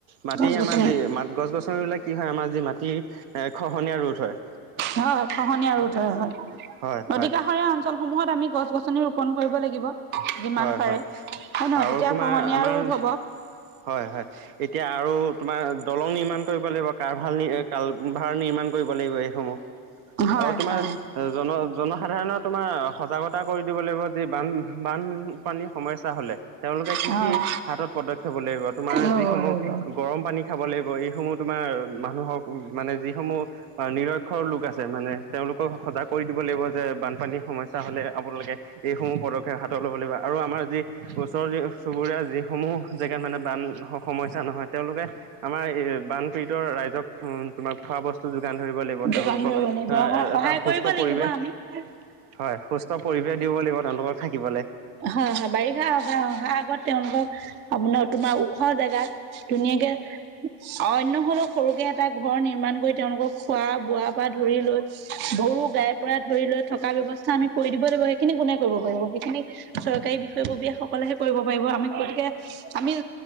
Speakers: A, on the right; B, on the right.
A: মাটি
B: গছ গছনি
A: আমাৰ যি মাত গছ- গছনি ৰুলে কি হয় আমাৰ যি মাটি এহ খহনীয়া ৰোধ হয়।
B: হয় খহনীয়া ৰোধ হয় হয়।
A: হয়
B: নদী
A: হয়
B: কাষৰী সমূহত আমি গছ গছনি ৰোপন কৰিব লাগিব। যিমান
A: হয়
B: পাৰে
A: হয়
B: হয় নহয়।
A: আৰু
B: তেতিয়া
A: তোমাৰ
B: খহনীয়া
A: আমাৰ
B: ৰোধ হব।
A: হয় হয়। এতিয়া আৰু তোমাৰ দলং নিৰ্মাণ কৰিব লাগিব। কাৰভাল নি কালভাৰ নিৰ্মাণ কৰিব লাগিব এইসমূহ
B: হয়
A: আৰু তোমাৰ
B: হয়
A: জন জনসাধাৰণৰ তোমাৰ সজাগত তা কৰি দিব লাগিব যি বান বানপানীৰ সমস্যা হলে তেওঁলোকে কি
B: হয়
A: কি হাতত পদক্ষেপ লাগিব। তোমাৰ
B: ল'ব
A: যিসমূহ
B: ল'ব
A: গৰম পানী খাব লাগিব। এইসমূহ তোমাৰ মানুহক মানে যিসমূহ অ নিৰক্ষৰ লোক আছে। মানে তেওঁলোকক সজাগ কৰি দিব লাগিব। যে বানপানীৰ সমস্যা হলে আপোনালোকে এইসমূহ পদক্ষেপ হাতত ল'ব লাগিব। আৰু আমাৰ যি ওচৰৰ যি চুবুৰীয়া যিসমূহ জেগাত মানে বান সমস্যা নহয় তেওঁলোকে আমাৰ এ বানপীড়িতৰ ৰাইজক উম তোমাৰ খোৱা বস্তু যোগান ধৰিব লাগিব। তেওঁলোকক
B: যোগান ধৰিব লাগিব
A: এ
B: হয় সহায়
A: এটা সুস্থ
B: কৰিব
A: পৰিৱেশ
B: লাগিব আমি হয়
A: হয়। সুস্থ পৰিৱেশ। দিব লাগিব তেওঁলোকক থাকিবলে
B: হয় হয় বাৰিষা অহা অহা আগত তেওঁলোকক আপোনাৰ তোমাৰ ওখ জেগাত ধুনীয়াকে অইন হলেও সৰুকে এটা ঘৰ নিৰ্মাণ কৰি তেওঁলোকক খোৱা বোৱাৰ পৰা ধৰি লৈ গৰু গাই পৰা ধৰি লৈ থকা ব্যৱস্থা আমি কৰি দিব লাগিব। সেইখিনি কোনে কৰিব পাৰিব সেইখিনি চৰকাৰী বিষয়ববীয়া সকলেহে কৰিব পাৰিব আমি গতিকে আমি